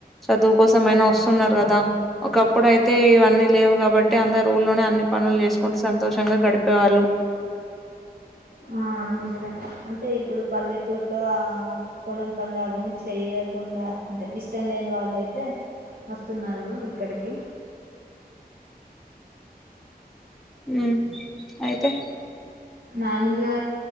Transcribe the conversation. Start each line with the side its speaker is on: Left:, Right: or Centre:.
Centre: చదువు కోసమయినా వస్తున్నారు గదా ఒకప్పుడు అయితే ఇవన్నీ లేవు కాబట్టి అందరూ ఊళ్ళోనే అన్ని పనులు చేసుకుంటూ సంతోషంగా గడిపేవాళ్ళు
Right: ఆ నిజమే అంటే ఇప్పుడు పల్లెటూర్లో ఆ పొలం పనుల అవన్నీ చెయ కుండా అంటే ఇష్టం లేని వాళ్ళయితే వస్తున్నారు ఇక్కడికి
Centre: ఉ అయితే
Right: నార్మల్గా